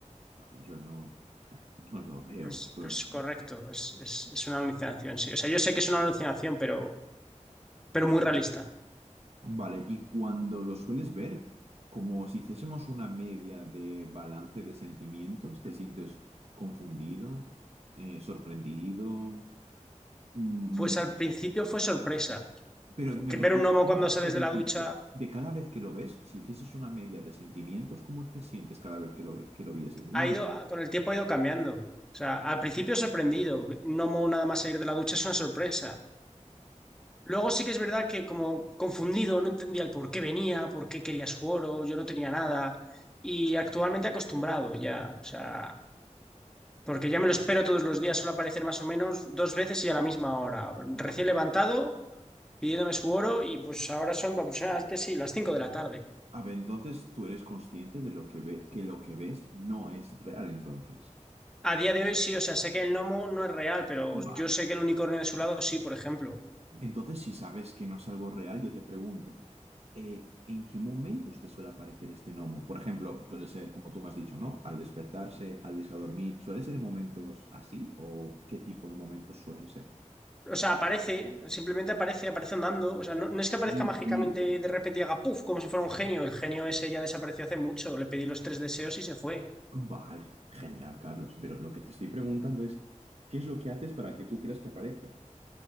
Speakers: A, on the right; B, in the centre.
A: No, Yo no, <laughs> no lo veo,
B: Pues,
A: Carlos.
B: pues correcto, es, es- es una alucinación, sí. O sea, yo sé que es una alucinación, pero, pero muy realista.
A: Vale, y cuando lo sueles ver, como si hiciésemos una media de balance de sentimientos, te sientes confundido, eh, sorprendido, mm,
B: Pues al principio fue sorpresa.
A: pero me
B: Que
A: refiero,
B: ver un gnomo
A: no
B: cuando
A: me refiero
B: sales
A: al
B: de
A: principio,
B: la ducha
A: de cada vez que lo ves, si hicieses una media de sentimientos, ¿cómo te sientes cada vez que lo, ve- que lo vieses? Una
B: ha ido,
A: media.
B: con el tiempo ha ido cambiando. O sea, al principio sorprendido. Un gnomo nada más salir de la ducha es una sorpresa. Luego sí que es verdad que como confundido, no entendía el por qué venía, por qué quería su oro, yo no tenía nada. Y actualmente acostumbrado ya. O sea, Porque ya me lo espero todos los días, suele aparecer más o menos dos veces y a la misma hora.
A: Va.
B: Recién levantado, pidiéndome su oro y pues ahora son aproximadamente sí, las 5 de la tarde.
A: A ver, entonces tú eres consciente de lo que ve, que lo que ves no es real, entonces.
B: A día de hoy sí, o sea, sé que el gnomo no es real, pero
A: Vale.
B: yo sé que el unicornio de su lado sí, por ejemplo.
A: Entonces, si sabes que no es algo real, yo te pregunto, eh, ¿en qué momentos te suele aparecer este gnomo? Por ejemplo, suele ser, como tú me has dicho, ¿no? Al despertarse, al irse a dormir, ¿suele ser en momentos así? ¿O qué tipo de momentos suelen ser?
B: O sea, aparece, simplemente aparece, aparece andando. O sea, no, no es que aparezca
A: Sí,
B: mágicamente
A: sí, pero...
B: de repente y haga puff, como si fuera un genio. El genio ese ya desapareció hace mucho. Le pedí los tres deseos y se fue.
A: <clears throat> Vale, genial, Carlos, pero lo que te estoy preguntando es, ¿qué es lo que haces para que tú creas que aparezca?